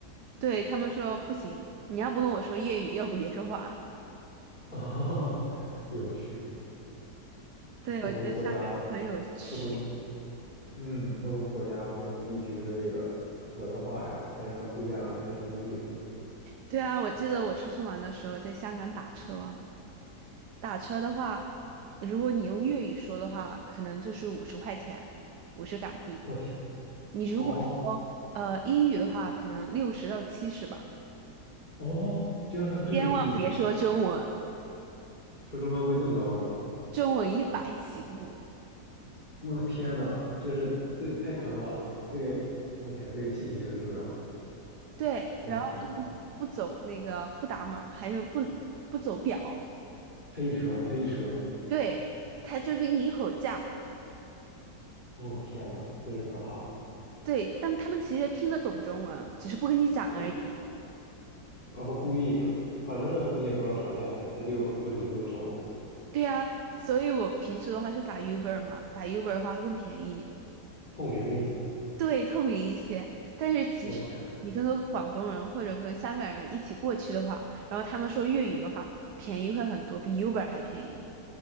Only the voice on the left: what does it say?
<laughs> 啊，有趣，是不同国家、
不同，嗯，不同国家、不同地区的这个文化呀，还是很不一样的，还是挺有意思的
我天，
哦
哦，居然还有这种事情，
说中文会更高是吗？
我的天呐，这是这太坑了，这个我天，这个信息很重要。
我的天呐，
黑车黑车，
我天呐，真是可怕。
这然后故意这，反正你也不知道啥价钱，他就问你多收，
透明一些。
我天，